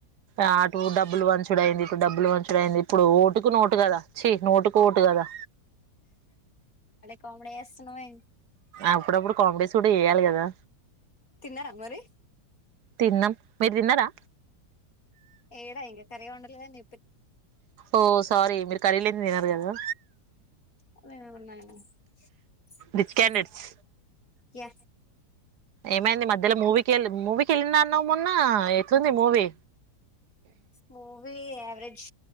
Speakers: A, on the right; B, on the left.
A: అటు డబ్బులు వంచుడు అయింది ఇప్పుడు డబ్బులు మంచిడ అయింది ఇప్పుడు ఓటుకు నోటు కదా చ్చి నోటు కి ఓటు కదా
B: కమ్ముడే ఎస్తన్నావే
A: అప్పుడప్పుడు కామెడీస్ కూడా ఏయాలి కదా
B: తిన్నార మరి
A: తిన్నాం మీరు తిన్నారా
B: ఏడ ఇంకా కర్రీ వండలేదండి
A: ఓ సారీ మీరు కర్రీ లేనిది తినరు కదా
B: <unintelligible>
A: రిచ్ క్యాండిడేట్స్
B: యా
A: ఏమైంది మధ్యలో మూవీకి వెళ్ళి మూవీకి వెళ్ళిన అన్నావు మొన్న ఎట్లుంది మూవీ
B: మూవీ ఎవరేజ్